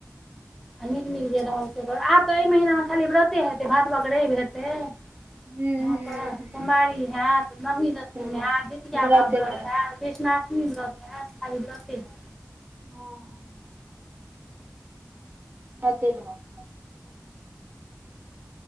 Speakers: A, in the centre; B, on the right.
A: आ नीक- नीक जे रहल से रह, आब तऽ एहि महीनामे खाली व्रते हेतै भादवक रवि हेतै।
B: हूँ
A: अहाँ के
B: हूँ
A: कोमारी हैत, नवमी दशदीन
B: हूँ
A: एयत, जितिया
B: व्रते
A: बा ब्रत
B: व्रत
A: हैत। कृष्णाष्टमी व्रत हैत, खाली व्रते हैत।
B: ह। अतैक व्रत